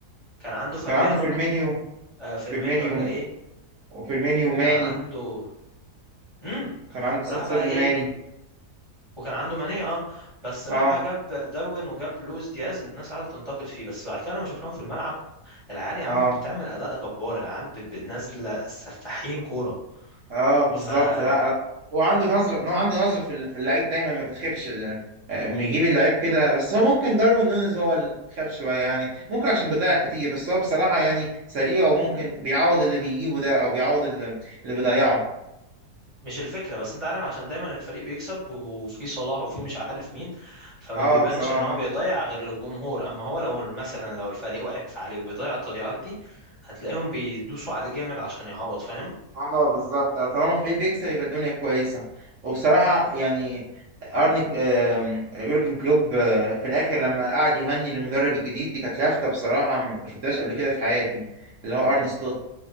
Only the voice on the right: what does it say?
كان عنده فيرمينيو
فيرمينيو
وفيرمينيو
ماني
كان عنده سا-
ساديو
ماني
اه
اه
اه بالظبط
لا لا هو عنده نظره هو عنده نظره في ال- في اللعيب دايما ما بتخيبش آه، آه، بيجيب اللعيب كده بس هو ممكن داروين نونيز هو اللي خاب شويه يعني ممكن عشان بيضيع كتير بس هو بصراحه يعني سريع وممكن بيعوض اللي بيجيبه ده او بيعوض اللي اللي بيضيعه
اه
بصراحه
اه بالظبط آه، طالما فريق بيكسب يبقى الدنيا كويسه وبصراحه يعني ارني آم، يورجن كلوب آه، في الاخر لما قعد يغني للمدرب الجديد دي كانت لافته بصراحه ما شفتهاش قبل كده في حياتي اللي هو ارني سلوت